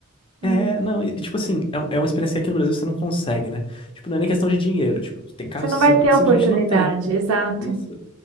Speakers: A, on the right; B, on the left.
A: Você
B: É, não, e, tipo assim, é, um- é uma experiência que aqui no Brasil você não consegue, né? Tipo, não é nem questão de dinheiro. Tipo, tem carros
A: não
B: que
A: vai
B: você não-
A: ter a
B: simplesmente
A: oportunidade,
B: não tem.
A: exato.
B: Isso.